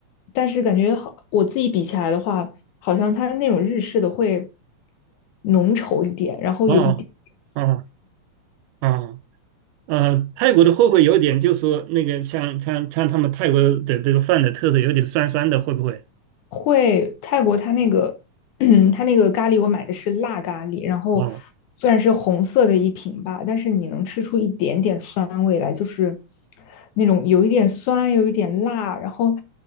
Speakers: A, on the left (about 70°); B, on the right (about 80°).
A: 但是感觉好，我自己比起来的话，好像它那种日式的会浓稠一点，然后有一点
B: 哦哦啊。哦呃，泰国的会不会有点，就是说那个像像像他们泰国的这个饭的特色，有点酸酸的，会不会？
A: 会泰国它那个 <clears throat> 它那个咖喱，我买的是辣咖喱，然后
B: 哦
A: 虽然是红色的一瓶吧，但是你能吃出一点点酸味来，就是那种有一点酸，有一点辣，然后